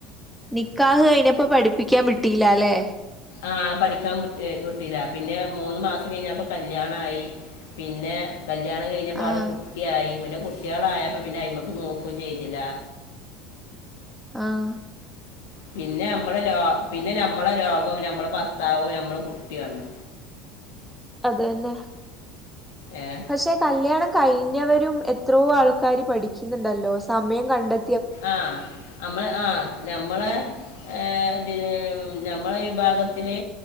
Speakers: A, in the centre; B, on the left.
A: നിക്കാഹ് കെയിഞ്ഞപ്പൊ പഠിപ്പിക്കാൻ വിട്ടീലാല്ലേ
B: ആഹ് പഠിക്കാൻ വിട്ട് ഹ് വിട്ടീലാ പിന്നെ മൂന്ന് മാസം കെയിഞ്ഞാപ്പൊ കല്യാണായി പിന്നെ കല്യാണം കെയിഞ്ഞപാട്
A: ആഹ്
B: കുട്ടിആയി പിന്നെ കുട്ടിയേളായപ്പൊ പിന്നെ ഐമക്ക് നോക്കും ചെയ്തിലാ
A: ആഹ്
B: പിന്നെ അമ്മളെ ലോ പിന്നെ നമ്മളെ ലോകം നമ്മളെ ഭർത്താവും നമ്മളെ കുട്ടിയേളും
A: അത് യെന്നെ
B: ഏഹ്
A: പക്ഷെ കല്യാണം കയിഞ്ഞവരും എത്രോ ആൾക്കാര് പഠിക്ക്ന്ന് ഇണ്ടല്ലോ സമയം കണ്ടെ
B: ആഹ് അമ്മളെ ആഹ് നമ്മളെ ഹ് ഇതില് നമ്മളെ വിഭാഗത്തില്